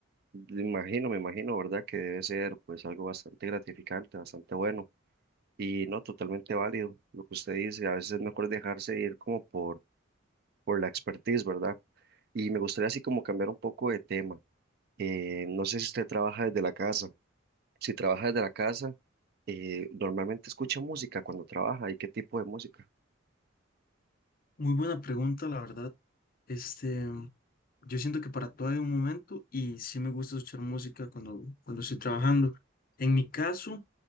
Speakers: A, on the right; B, on the left.
A: me imagino, me imagino, ¿verdad? Que debe ser pues algo bastante gratificante, bastante bueno y no totalmente válido lo que usted dice, a veces es mejor dejarse ir como por, por la expertise, ¿verdad? Y me gustaría así como cambiar un poco de tema. Eh, no sé si usted trabaja desde la casa. Si trabaja desde la casa, eh, normalmente escucha música cuando trabaja y qué tipo de música.
B: Muy buena pregunta, la verdad. Este, yo siento que para todo hay un momento y sí me gusta escuchar música cuando, cuando estoy trabajando. En mi caso,